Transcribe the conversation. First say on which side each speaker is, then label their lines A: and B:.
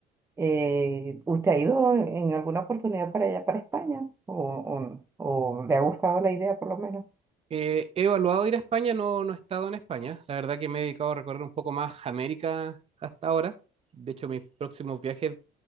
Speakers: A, on the right (about 15°); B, on the right (about 35°).
A: Eh, ¿usted ha ido en en alguna oportunidad para allá, para España? ¿O, o, no? ¿O le ha gustado la idea por lo menos?
B: Eh, he evaluado ir a España, no, no he estado en España. La verdad que me he dedicado a recorrer un poco más América hasta ahora. De hecho, mis próximos viajes